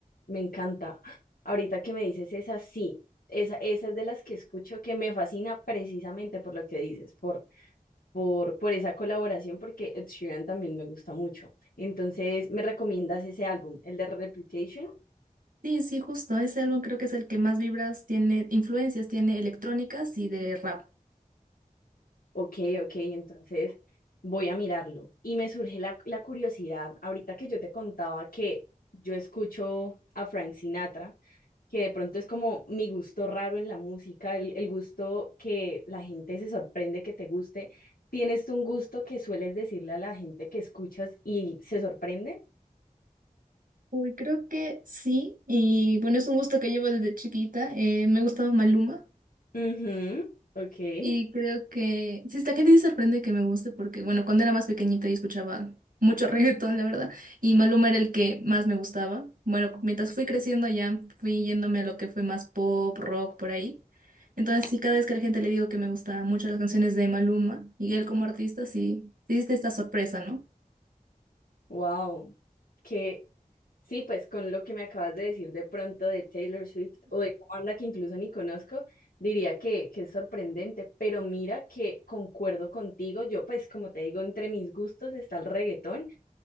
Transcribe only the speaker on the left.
me encanta. Ahorita que me dices esa, sí. Esa, esa es de las que escucho que me fascina precisamente por lo que dices, por, por, por esa colaboración, porque Ed Sheeran también me gusta mucho. Entonces, ¿me recomiendas ese álbum, el de Reputation?
Ok, ok, entonces voy a mirarlo. Y me surge la, la curiosidad, ahorita que yo te contaba que yo escucho a Frank Sinatra que de pronto es como mi gusto raro en la música, el, el gusto que la gente se sorprende que te guste. ¿Tienes tú un gusto que sueles decirle a la gente que escuchas y se sorprende?
Ujú, ok.
Wow. Que sí, pues con lo que me acabas de decir de pronto de Taylor Swift o de una banda que incluso ni conozco, diría que, que es sorprendente, pero mira que concuerdo contigo, yo pues como te digo, entre mis gustos está el reggaetón.